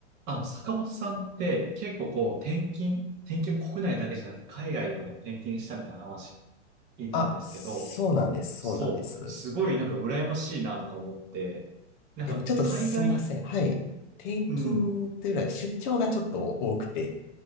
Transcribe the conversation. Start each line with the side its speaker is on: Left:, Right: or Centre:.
Right: あの、坂本さんって結構こう転勤、転勤も国内だけじゃなくて海外とかでもね転勤したみたいな話聞いたんですけど、
Left: あ、そうなんです、そうなんです。
Right: そう、すごいなんか羨ましいなとか思って、なんか海外、
Left: でもちょっとすみません。はい。転勤というよりは出張がちょっと多くて。
Right: うん、